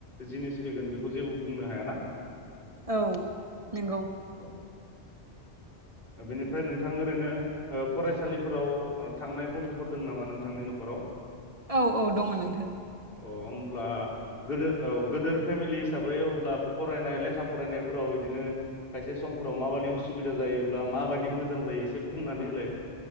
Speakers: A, on the left; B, on the right.
A: जिनिस फैगोन बेखौ जेबो बुंनो हायाना। <inaudible>
B: औ नोंगौ।
A: औ बेनिफ्राय नोंथां ओरैनो। ओ फरायसालिफोराव थांनाय गथ'फोर दं नामा नोंथांनि न'खराव।
B: औ-औ दङ नों
A: अ होमब्ला गोदो औ गोदोर फेमिलि हिसाबै अब्ला फरायनाय लेखा फरायनायफोराव बिदिनो खायसे समफोराव माबायदि उसुबिदा जायोब्ला माबायदि मोजां जायो एसे बुंनानै होलाय।